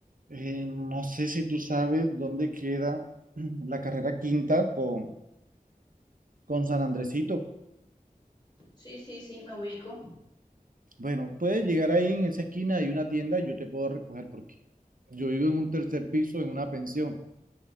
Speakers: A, on the right; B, on the left.
A: eh, no sé si tú sabes dónde queda <clears throat> la carrera quinta con, con San Andresito.
B: Sí, sí, sí, me ubico.
A: Bueno, puedes llegar ahí en esa esquina, hay una tienda, yo te puedo recoger porque yo vivo en un tercer piso en una pensión.